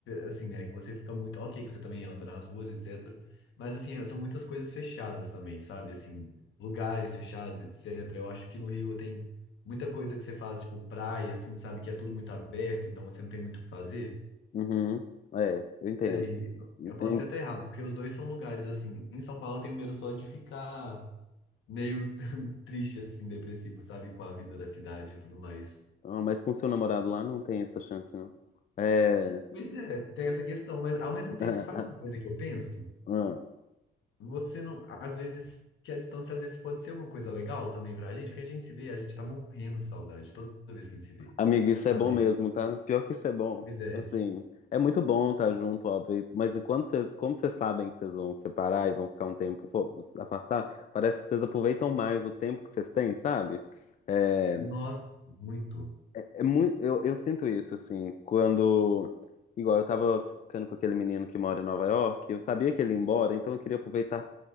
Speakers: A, on the left; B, on the left.
A: assim, né? Que você fica muito... Ok, que você também anda nas ruas, etc. Mas, assim, são muitas coisas fechadas também, sabe? Assim, lugares fechados, etc. Eu acho que no Rio tem muita coisa que você faz, tipo, praia, assim, sabe? Que é tudo muito aberto, então você não tem muito o que fazer.
B: Uhum. É, eu entendo.
A: Sei,
B: Entendi.
A: eu posso até estar errado, porque os dois são lugares assim. Em São Paulo eu tenho medo só de ficar meio <laughs> triste, assim, depressivo, sabe, com a vida da cidade e tudo mais.
B: Ah, mas com seu namorado lá não tem essa chance, não. É.
A: Pois é, tem essa questão, mas ao mesmo
B: <laughs>
A: tempo, sabe uma coisa que eu penso?
B: Ah,
A: Você não, às vezes, que a distância às vezes pode ser uma coisa legal também pra gente, porque a gente se vê, a gente tá morrendo de saudade toda vez que a gente se vê,
B: Amigo, isso
A: sabe?
B: é bom mesmo, tá? Pior que isso é bom.
A: Pois é,
B: Assim, é muito bom estar junto, óbvio. Mas quando vocês, como vocês sabem que vocês vão separar e vão ficar um tempo fo- afastar, parece que vocês aproveitam mais o tempo que vocês têm, sabe? É,
A: nossa, muito,
B: é muito, eu, eu sinto isso, assim, quando. Igual eu tava ficando com aquele menino que mora em Nova York, eu sabia que ele ia embora, então eu queria aproveitar